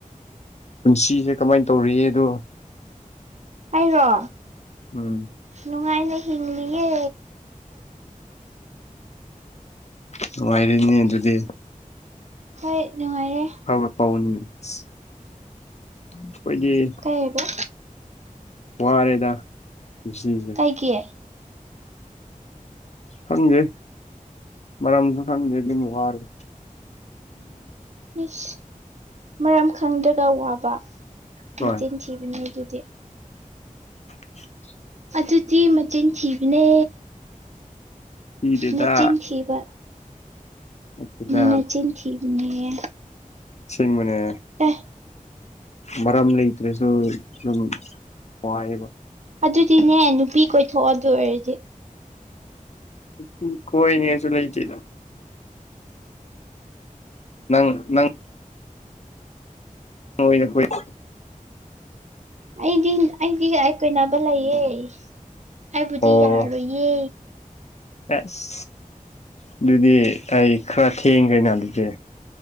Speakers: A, on the left; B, on the right.
A: ꯄꯨꯟꯁꯤꯁꯦ ꯀꯃꯥꯏꯟ ꯇꯧꯔꯤꯌꯦꯗꯣ꯫
B: ꯑꯩꯔꯣ
A: ꯎꯝ
B: ꯅꯨꯡꯉꯥꯏꯅ ꯍꯤꯡꯂꯤꯌꯦ꯫
A: ꯅꯨꯡꯏꯔꯤꯅꯦ ꯑꯗꯨꯗꯤ꯫
B: ꯍꯣꯏ ꯅꯨꯡꯉꯥꯏꯔꯦ꯫
A: ꯐꯕ ꯄꯥꯎꯟꯅꯤ ꯑꯩꯈꯣꯏꯒꯤ꯫
B: ꯍꯥꯏꯕ꯫
A: ꯋꯥꯔꯦꯗ ꯄꯨꯟꯁꯤꯁꯦ꯫
B: ꯀꯩꯀꯤ꯫
A: ꯈꯪꯗꯦ ꯃꯔꯝꯁꯨ ꯈꯪꯗꯦ ꯑꯗꯨꯝ ꯋꯔꯦ꯫
B: ꯏꯁ ꯃꯔꯝ ꯈꯪꯗ꯭ꯔꯒ ꯋꯥꯕ
A: ꯍꯣꯏ
B: ꯃꯤꯆꯤꯟ ꯊꯤꯕꯅꯦ ꯑꯗꯨꯗꯤ꯫
A: ꯎ <unintelligible>
B: ꯑꯗꯨꯗꯤ ꯃꯆꯤꯟ ꯊꯤꯕꯅꯦ
A: ꯊꯤꯗꯦꯗ
B: ꯅꯆꯤꯟ ꯊꯤꯕ꯫
A: ꯅꯠꯇꯦꯗ
B: ꯅꯆꯤꯟ ꯊꯣꯕꯅꯤꯌꯦ꯫
A: ꯁꯤꯡꯕꯅꯦ꯫
B: ꯑꯦ꯫
A: ꯃꯔꯝ ꯂꯩꯇ꯭ꯔꯁꯨ ꯁꯨꯝ ꯋꯥꯏꯌꯦꯕ꯫
B: ꯑꯗꯨꯗꯤꯅꯦ ꯅꯨꯄꯤ ꯀꯣꯏꯊꯣꯛꯑ ꯑꯗꯨ ꯑꯣꯏꯔꯗꯤ꯫
A: ꯅꯨꯄꯤ ꯀꯣꯏꯅꯤ ꯀꯁꯨ ꯂꯩꯇꯦꯗ ꯅꯪ ꯅꯪ꯫ ꯍꯅꯣꯏ <unintelligible>
B: ꯑꯩꯗꯤ ꯑꯩꯗꯤ ꯀꯣꯏꯅꯕ ꯂꯩꯌꯦ ꯍꯥꯏꯕꯨꯗꯤ
A: ꯑꯣ
B: ꯌꯥꯔꯣꯏ꯫ ꯏꯌꯦ꯫
A: ꯑꯁ ꯑꯗꯨꯗꯤ ꯑꯩ ꯈꯔ ꯊꯦꯡꯈ꯭ꯔꯦꯅ ꯑꯗꯨꯗꯤ꯫